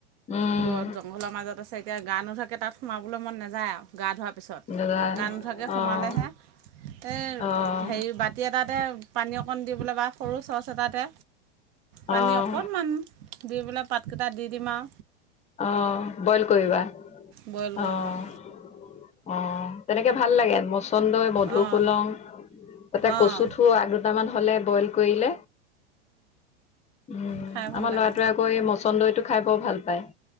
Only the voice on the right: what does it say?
দূৰত জংঘলৰ মাজত আছে এতিয়া গা নুধুৱা তাত সোমাবলৈ মন নাযায় আও গা ধোৱাৰ পিছত,
গা নোধোৱাকে সোমালেহে
এই
হেৰি বাতি এটাতে পানী অকণ দি পেলে বা সৰু চৰ্চ এটাতে, পানী
অকণমান দি পেলাই পাত কেটা দি দিম আও
বইল কৰিম
আৰু
অঁ
অঁ
খাই ভাল
লাগে